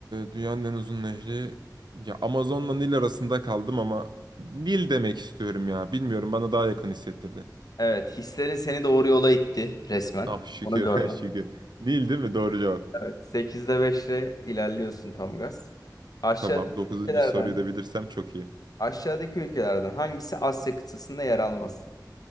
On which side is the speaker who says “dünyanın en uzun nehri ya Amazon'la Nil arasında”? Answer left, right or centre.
Right